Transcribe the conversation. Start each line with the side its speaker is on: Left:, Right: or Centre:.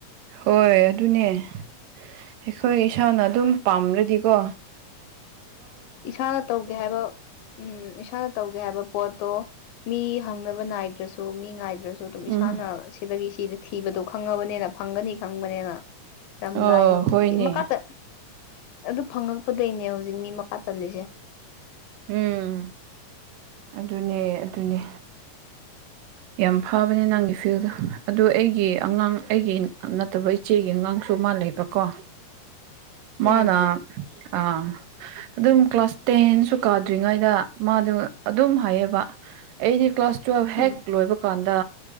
Right: ꯍꯣꯏ ꯑꯗꯨꯅꯦ ꯑꯩꯈꯣꯏ ꯏꯁꯥꯅ ꯑꯗꯨꯝ ꯄꯥꯝꯔ꯭ꯔꯗꯤꯀꯣ
Left: ꯏꯁꯥꯅ ꯇꯧꯒꯦ ꯍꯥꯏꯕ ꯎꯝ ꯏꯁꯥꯅ ꯇꯧꯒꯦ ꯍꯥꯏꯕ ꯄꯣꯠꯇꯣ ꯃꯤ ꯍꯪꯅꯕ ꯅꯥꯏꯗ꯭ꯔꯁꯨ ꯃꯤ ꯉꯥꯏꯏꯗ꯭ꯔꯁꯨ ꯑꯗꯨꯝ ꯏꯁꯥꯅ
Right: ꯎꯝ
Left: ꯁꯤꯗꯒꯤ ꯁꯤꯗ ꯊꯤꯕꯗꯣ ꯈꯪꯉꯕꯅꯤꯅ ꯐꯪꯒꯅꯤ ꯈꯪꯕꯅꯦꯅ ꯌꯥꯝ
Right: ꯑꯣ
Left: ꯂꯥꯏ ꯍꯧꯖꯤꯛꯀꯤꯗꯤ
Right: ꯍꯣꯏꯅꯦ
Left: ꯃꯈꯥ ꯆ ꯑꯗꯨ ꯐꯪꯉꯛꯄꯗꯩꯅꯦ ꯍꯧꯖꯤꯛ ꯃꯤ ꯃꯈꯀꯥ ꯇꯜꯂꯤꯁꯦ
Right: ꯎꯝ ꯑꯗꯨꯅꯦ ꯑꯗꯨꯅꯦ ꯌꯥꯝ ꯐꯥꯕꯅꯦ ꯅꯪꯒꯤ ꯐꯤꯜꯗꯣ ꯑꯗꯨ ꯑꯩꯒꯤ ꯑꯉꯥꯡ ꯑꯩꯒꯤ ꯅꯠꯇꯕ ꯏꯆꯦꯒꯤ ꯑꯉꯥꯡꯁꯨ ꯁꯨꯃꯂꯕꯀꯣ ꯃꯥꯅꯥ
Left: ꯎꯝ
Right: ꯑꯥ ꯑꯗꯨꯝ ꯀ꯭ꯂꯥꯁ ꯇꯦꯟꯁꯨ ꯀꯥꯗ꯭ꯔꯤꯉꯩꯗ ꯃꯥꯗꯨ ꯑꯗꯨꯝ ꯍꯥꯏꯌꯦꯕ ꯑꯩꯗꯤ ꯀ꯭ꯂꯥꯁ ꯇꯨꯋꯦꯜꯕ ꯍꯦꯛ
Left: ꯎꯝ
Right: ꯂꯣꯏꯕ ꯀꯥꯟꯗ